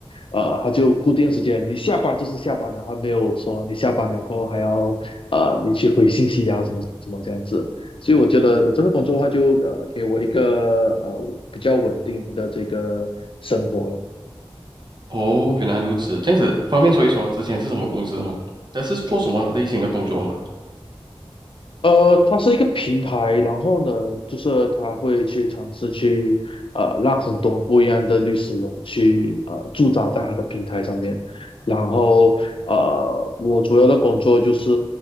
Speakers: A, on the left; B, on the right.
A: 呃，他就固定时间，你下班就是下班了，他没有说你下班了过后还要呃你去回信息啊什么什么这样子。所以我觉得呃这份工作的话就，呃给我一个呃比较稳定的这个生活咯。
B: 哦，原来如此，这样子方便说一说之前是什么公司吗？呃，是做什么类型的工作吗？
A: 呃，它是一个平台，然后呢，就是它会去尝试去呃，让很多不一样的律师楼去呃驻扎在他的平台上面。然后呃，我主要的工作就是，